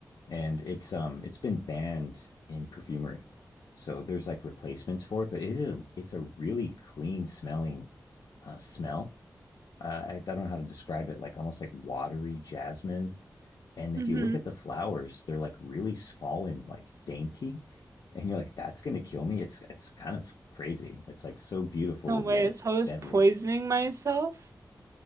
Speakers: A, on the left (about 85°); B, on the right (about 50°).
A: And it's um it's been banned in perfumery, so there's like replacements for it. But it is a it's a really clean smelling uh, smell. Uh, I, I don't know how to describe it. Like almost like watery jasmine and if
B: Mm-hmm.
A: you look at the flowers, they're like really small and like dainty. And you're like, that's gonna kill me. It's it's kind of crazy. It's like so beautiful,
B: No way.
A: yet it's
B: So I was
A: deadly.
B: poisoning myself?